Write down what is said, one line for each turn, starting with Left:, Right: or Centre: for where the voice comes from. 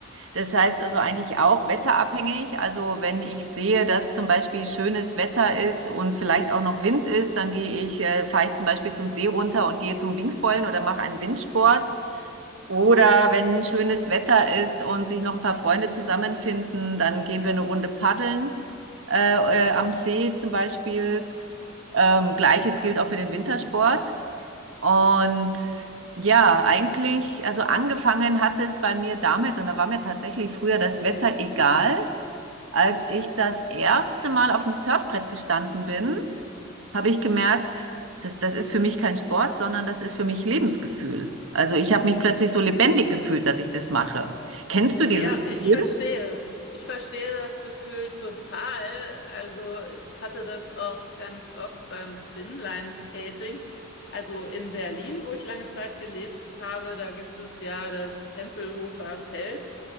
Right: Das heißt also eigentlich auch wetterabhängig. Also wenn ich sehe, dass zum Beispiel schönes Wetter ist und vielleicht auch noch Wind ist, dann gehe ich, äh, fahre ich zum Beispiel zum See runter und gehe zum Wingfoilen oder mache einen Windsport. Oder wenn schönes Wetter ist und sich noch ein paar Freunde zusammenfinden, dann gehen wir eine Runde paddeln äh, äh, am See zum Beispiel. Ähm, Gleiches gilt auch für den Wintersport. Und ja, eigentlich, also angefangen hat es bei mir damit, und da war mir tatsächlich früher das Wetter egal. Als ich das erste Mal auf dem Surfbrett gestanden bin, habe ich gemerkt, das, das ist für mich kein Sport, sondern das ist für mich Lebensgefühl. Also ich habe mich plötzlich so lebendig gefühlt, dass ich das mache. Kennst du dieses
Left: Ja,
Right: Gefühl?
Left: ich verstehe. Ich verstehe das Gefühl total. Also ich hatte das auch ganz oft beim Inline-Skating. Also in Berlin, wo ich lange Zeit gelebt habe, da gibt es ja das Tempelhofer Feld,